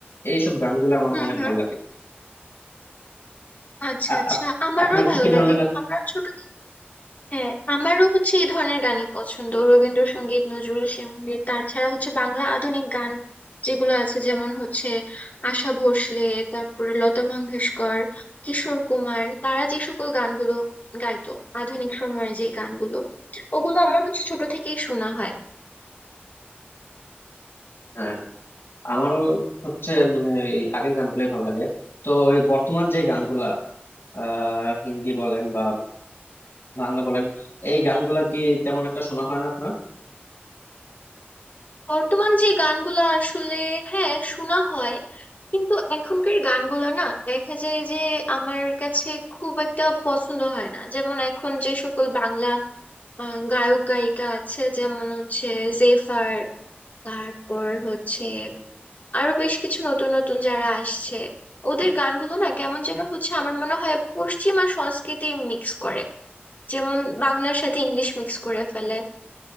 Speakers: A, on the left; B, on the left.
A: এইসব গানগুলো আমার
B: হুম
A: অনেক
B: হুম
A: ভালো লাগে
B: আচ্ছা
A: আ-
B: আচ্ছা
A: আপ-
B: আমারও
A: আপনার কি
B: ভালো
A: কি ধরনের
B: লাগে
A: গান
B: আমার ছোট হ্যাঁ আমারও হচ্ছে এই ধরনের গানই পছন্দ রবীন্দ্রসঙ্গীত নজরুল সঙ্গীত তাছাড়া হচ্ছে বাংলা আধুনিক গান যেগুলো আছে যেমন হচ্ছে আশা ভোসলে তারপরে লতা মঙ্গেশকর কিশোর কুমার তারা যে সকল গানগুলো গাইতো আধুনিক সময়ের যে গানগুলো ওগুলো আমার হচ্ছে ছোট থেকেই শোনা হয়
A: হ্যাঁ আমারও হচ্ছে মানে এই আগের গানগুলোই ভালো লাগে তো এই বর্তমান যে গানগুলা আহ হিন্দি বলেন বা বাংলা বলেন এই গানগুলা কি তেমন একটা শোনা হয় না আপনার
B: বর্তমান যে গানগুলো আসলে হ্যাঁ শোনা হয় কিন্তু এখনকার গানগুলো না দেখা যায় যে আমার কাছে খুব একটা পছন্দ হয় না যেমন এখন যে সকল বাংলা আহ, গায়ক গায়িকা আছে যেমন হচ্ছে জেফার তারপর হচ্ছে আরো বেশ কিছু নতুন নতুন যারা আসছে ওদের গানগুলো না কেমন যেন হচ্ছে আমার মনে হয় পশ্চিমা সংস্কৃতি মিক্স করে যেমন বাংলার সাথে ইংলিশ মিক্স করে ফেলে